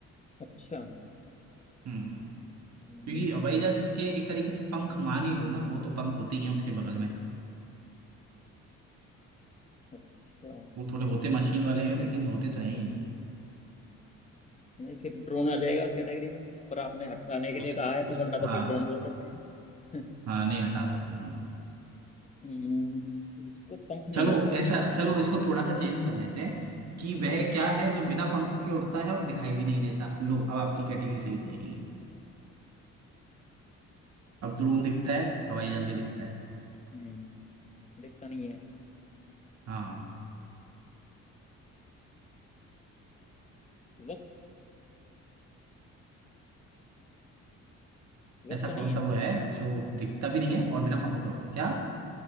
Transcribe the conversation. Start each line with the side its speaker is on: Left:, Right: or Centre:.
Left: अच्छा
Right: हम्म
Left: हम्म,
Right: क्योंकि हवाई जहाज के एक तरीके से पंख मान ही लो ना वो तो पंख होते ही हैं उसके बगल में
Left: अच्छा
Right: वो थोड़े होते मशीन वाले हैं लेकिन होते तो हैं ही हैं
Left: नहीं फिर ड्रोन आ जाएगा उस कैटेगरी में पर आपने हटाने के
Right: उस
Left: लिए कहा है तो
Right: उस
Left: वरना तो
Right: हाँ
Left: फिर ड्रोन बोल देते हैं <laughs>
Right: हाँ नहीं हटा दो फिर उनको
Left: हम्म, जिसको पंख नहीं
Right: चलो
Left: होते
Right: ऐसा चलो इसको थोड़ा सा चेंज कर लेते हैं कि
Left: अच्छा
Right: वह क्या है जो बिना पंखों के उड़ता है और दिखाई भी नहीं देता लो अब आपकी कैटेगरी सही हो जाएगी अब ड्रोन दिखता है हवाई जहाज भी दिखता है
Left: हम्म दिखता नहीं है
Right: हाँ
Left: वक्त वक्त
Right: ऐसा
Left: तो नहीं
Right: कौन
Left: है
Right: सा वो है जो दिखता भी नहीं है और बिना पंखों के उड़ता है क्या